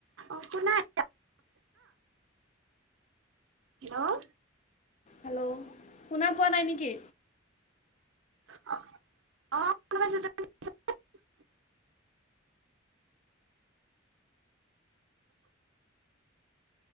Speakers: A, on the right; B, on the left.
A: আপোনাৰ হেল্ল'
B: হেল্ল' শুনা পোৱা নাই নেকি?
A: <unintelligible>
B: <inaudible> <unintelligible>